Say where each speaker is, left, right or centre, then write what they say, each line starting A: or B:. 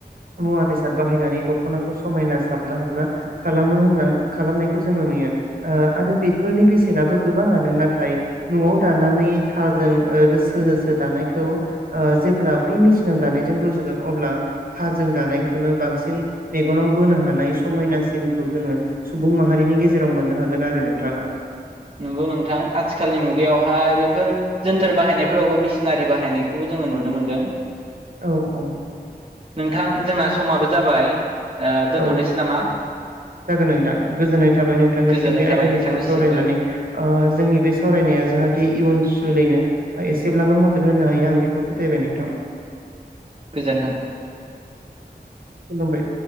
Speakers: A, on the right; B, on the right.
A: मुवा बेसाद बाहायनानै दखनाखौ समायना साबना हाबना खालामो होनना खालामनायखौ जोङो नुयो आरो, बेफोरनि बेसेनाबो। गोबाङानो नाथाय न'आव दानानै थारजों ओ रोसो रोसो दानायखौ ओ जेब्ला बै मेसिनाव दानायजों रुजुगोन अब्ला थारजों दानायखौनो बांसिन मेगनाव बोनो हानाय समायनासिनखौ जोङो सुबुं माहारिनि गेजेराव मोननो हागोन आरो नोंथाङा।
B: नंगौ नोंथां आथिखालनि मुगायावहाय बेफोर जोनथोर बाहायनायफोरावबो मेसिनारि बाहायनायखौ जोङो नुनो मोनदों।
A: औ औ।
B: नोंथां जोंना समाबो जाबाय। ओ दोनथ'नोसै
A: औ
B: नामा
A: जागोन नोंथां गोजोननाय थाबाय नोंथांनिसिम
B: गोजोननाय
A: बे
B: थाबाय
A: आयदानि
B: नोंथांनिसिमबो
A: सायाव सावरायनानै। ओ जोंनि बे सावरायनाया जाहाथे इयुन जोलैनो ओ एसेब्लाबो मदद होनो हायो आं बे खौ फोथायबाय नोंथां।
B: गोजोन्थों।
A: खुलुमबाय।